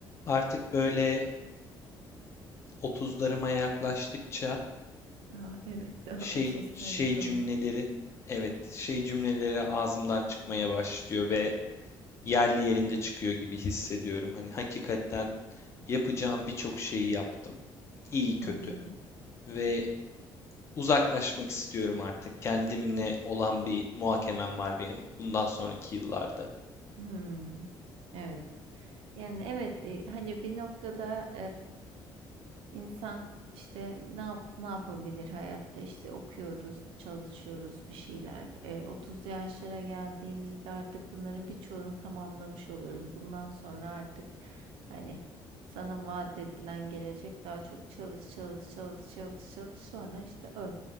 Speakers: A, on the left (about 30°); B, on the right (about 85°).
A: Artık böyle 30'larıma yaklaştıkça
B: A, evet, <laughs>
A: şey
B: 30 sendromu.
A: şey cümleleri evet şey cümleleri ağzımdan çıkmaya başlıyor ve yerli yerinde çıkıyor gibi hissediyorum. Hani hakikaten yapacağım birçok şeyi yaptım. İyi kötü
B: Hımm.
A: ve uzaklaşmak istiyorum artık. Kendimle olan bir muhakemem var benim bundan sonraki yıllarda.
B: Hımm. Evet. Yani, evet, eee, hani, bir noktada, İnsan işte ne yap, ne yapabilir hayatta işte okuyoruz, çalışıyoruz bir şeyler. E, 30'lu yaşlara geldiğimizde artık bunların birçoğunu tamamlamış oluyoruz. Bundan sonra artık hani sana vaat edilen gelecek daha çok çalış çalış çalış çalış çalış sonra işte öl.